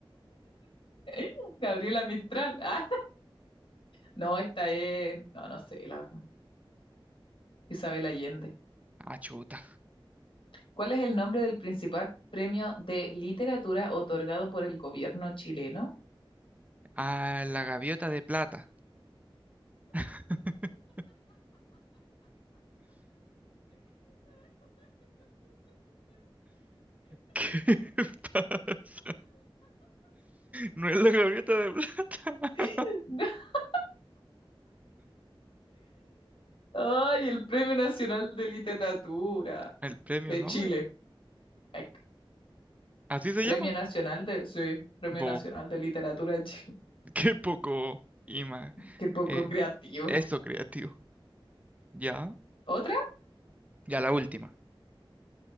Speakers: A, on the left; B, on the right.
A: <laughs> Gabriela Mistral. Ah, No, esta es, no, no sé, la verdad. Isabel Allende.
B: Ah, chuta.
A: ¿Cuál es el nombre del principal premio de literatura otorgado por el gobierno chileno?
B: Ah, la gaviota de plata. <laughs> ¿Qué pasa? No es la gaviota de plata.
A: <laughs> Ay, el Premio Nacional de Literatura
B: El premio
A: de
B: Nobel.
A: Chile. Ec.
B: Así se
A: Premio
B: llama.
A: Nacional de, sí, Premio
B: Bobo.
A: Nacional de Literatura de Chile.
B: Qué poco ima.
A: <laughs> Qué poco
B: eh,
A: creativo.
B: eso creativo. Ya.
A: ¿Otra?
B: Ya la última.